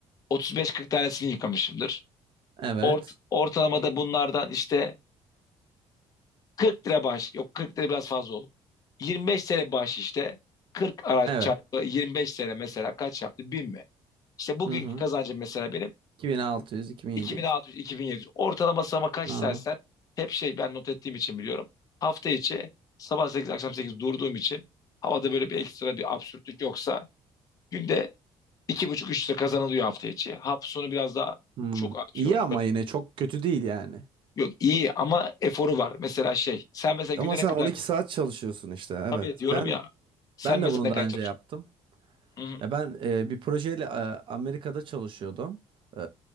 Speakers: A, on the left (about 30°); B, on the right (about 50°).
A: 35-40 tanesini yıkamışımdır.
B: Evet.
A: Ort ortalama da bunlardan işte 40 lira bağış. Yok 40 lira biraz fazla olur. 25 lira bağış işte. 40 araç
B: Evet.
A: çarpı 25 lira mesela kaç yaptı? 1000 mi? İşte bugünkü
B: Hı hı.
A: kazancım mesela benim
B: 2600, 2700.
A: 2600-2700. Ortalaması ama kaç
B: Aa.
A: istersen hep şey ben not ettiğim için biliyorum. Hafta içi sabah 8 akşam 8 durduğum için havada böyle bir ekstra bir absürtlük yoksa günde iki buçuk üç lira kazanılıyor hafta içi. Hafta sonu biraz daha
B: Hmm.
A: çok artıyor.
B: İyi ama yine çok kötü değil yani.
A: Yok iyi ama eforu var. Mesela şey sen mesela günde
B: Ama sen
A: ne kadar
B: 12 saat çalışıyorsun işte. Evet.
A: Tabii diyorum
B: Ben
A: ya sen
B: ben
A: mesela
B: de bunu
A: ne
B: daha
A: kadar çalışıyorsun?
B: önce yaptım.
A: Hı hı,
B: Ya ben e, bir projeyle e, Amerika'da çalışıyordum. E,